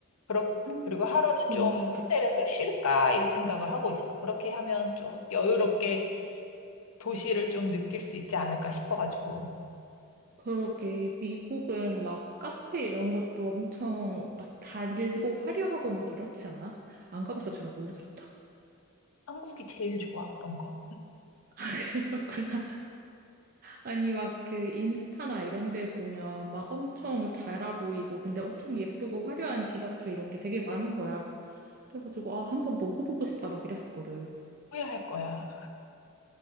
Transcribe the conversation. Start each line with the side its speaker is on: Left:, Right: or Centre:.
Left: 그렇
Right: 음.
Left: 그리고 하루는
Right: 너무
Left: 좀
Right: 좋겠다.
Left: 호텔에서 쉴까 이 생각을 하고 있어. 그렇게 하면 좀 여유롭게 도시를 좀 느낄 수 있지 않을까 싶어가지고
Right: 그러게 미국은 막 카페 이런 것도 엄청 막 달고 화려하고 막 이렇지 않아? 안 가봐서 잘 모르겠다.
Left: 한국이 제일 좋아 그런 건
Right: <laughs> 그렇구나. 아니 막 그 인스타나 이런 데 보면 막 엄청 달아 보이고 근데 엄청 예쁘고 화려한 디저트 이런 게 되게 많은 거야. 그래가지고 아 한번 먹어보고 싶다 막 이랬었거든.
Left: 후회할 거야.